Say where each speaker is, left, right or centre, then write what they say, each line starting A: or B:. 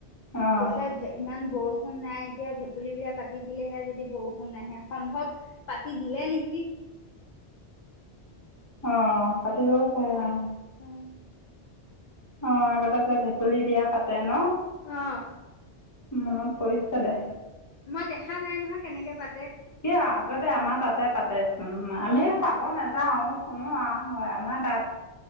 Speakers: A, on the left (about 20°); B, on the left (about 55°).
A: অঁ
B: কৈছে ইমান বৰষুণ নাই এতিয়া ভে কুলী বিয়া পাতি দিলেহে যদি বৰষুণ আহে সম্ভৱ পাতি দিলে নেকি।
A: অ পাতিবও পাৰে অ
B: হয়
A: অ আগতে যে ভেকুলী বিয়া পাতে ন?
B: অ
A: মনত পৰিছে দে।
B: মই দেখা নাই নহয় কেনেকে পা
A: কিয় আগতে আমাৰ তাতে পাতেচোন আমি চাব নাযাও শুনো আও হয় আমাৰ তাত